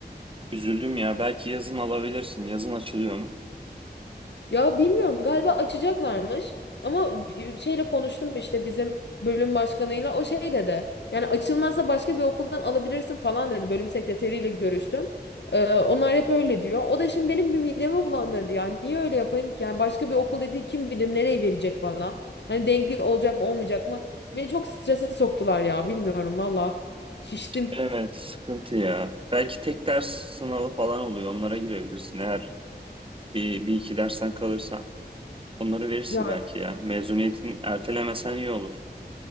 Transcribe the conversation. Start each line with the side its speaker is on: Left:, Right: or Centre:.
Right: Üzüldüm ya. Belki yazın alabilirsin. Yazın açılıyor mu?
Left: Ya bilmiyorum galiba açacaklarmış ama bi- şeyle konuştum işte bizim bölüm başkanıyla o şey dedi. Yani açılmazsa başka bir okuldan alabilirsin falan dedi. Bölüm sekreteriyle görüştüm. Ee, onlar hep öyle diyor. O da şimdi benim bir midemi bulandırdı ya. Niye öyle yapayım ki? Yani başka bir okul dediği kim bilir nereye verecek bana? Hani denkli olacak mı olmayacak mı? Beni çok strese soktular ya bilmiyorum valla. Şiştim.
Right: Evet, sıkıntı ya. Belki tek ders sınavı falan oluyor. Onlara girebilirsin. Eğer bir, bir iki dersten kalırsan onları verirsin
Left: Ya
Right: belki ya. Mezuniyetini ertelemesen iyi olur.